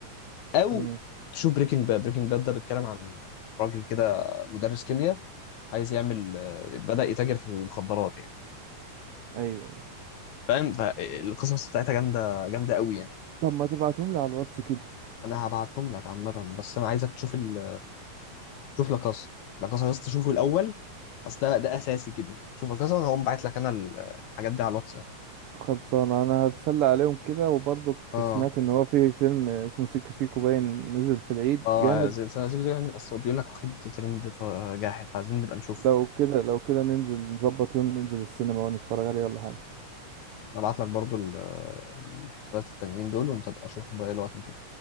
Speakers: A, on the left; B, on the right.
A: او
B: امم
A: تشوف بريكنج باد بريكنج باد ده بيتكلم عن راجل كده مدرس كيمياء عايز يعمل آه، بدأ يتاجر في المخدرات يعني
B: ايوه أيوة.
A: فاهم فالقصص بتاعتها جامده جامده قوي يعني.
B: طب ما تبعتهم لي على الواتس كده
A: انا هبعتهم لك عامه بس انا عايزك تشوف ال... شوف لاكاسا لاكاسا يا اسطى شوفه الاول اصل ده ده اساسي كده شوف لاكاسا وانا هقوم باعت لك انا ال- الحاجات دي على الواتساب
B: خلصان انا هتسلى عليهم كده وبرضك
A: اه
B: سمعت ان هو في فيلم اسمه سيكو سيكو باين نزل في العيد
A: اه
B: جامد
A: زي زي زي زي- اصل بيقول لك واخد ترند ف- جاحد فعايزين نبقى نشوف
B: لو كده لو كده ننزل نظبط يوم ننزل السينما ونتفرج عليه ولا حاجة
A: انا ابعت لك برضو ال- المسلسلات التانيين دول وانت ابقى شوفهم بقى إيه الوقت ما تفضى.